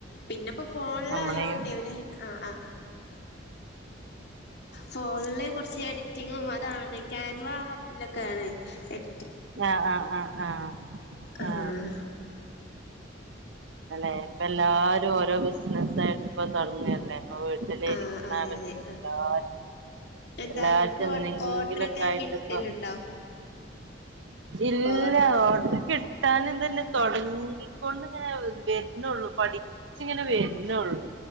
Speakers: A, on the left (about 60°); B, on the right (about 75°).
A: പിന്നിപ്പോ ഫോണില്
B: നമ്മളെയും
A: ആയോണ്ടേ അവര് ആ ആ ഫോണിലെ കുറച്ച് എഡിറ്റിങ്ങും അതാണ് ക്യാൻവാ ആപ്പിലൊക്കെ ആണ് എടി
B: അ അ അ അ അ
A: ആഹ്
B: അ അ അല്ലേ ഇപ്പം എല്ലാരും ഓരോ ബിസി ബിസിനസ്സ് ആയിട്ട് ഇപ്പൊ തുടങ്ങല്ലേ അപ്പൊ വീട്ടില്
A: ആഹ്
B: ഇരിക്കണആള്
A: അതെ അതെ ആഹ്
B: എല്ലാർക്കും
A: എന്താ
B: എല്ലാർക്കും
A: ഇങ്ങക്ക് ഓ
B: എന്തെങ്കിലുമൊക്കെ
A: ഓർഡറൊക്കെ
B: ആയിട്ട്
A: കിട്ടലുണ്ടോ
B: ഇപ്പം ഇല്ല
A: ഓർ
B: ഓഡറ് കിട്ടാൻ എന്തെ ഇങ്ങനെ തുടങ്ങിക്കൊണ്ട് ഇങ്ങനെ വരുന്നുള്ളൂ പഠിച്ചിങ്ങനെ വരുന്നുള്ളൂ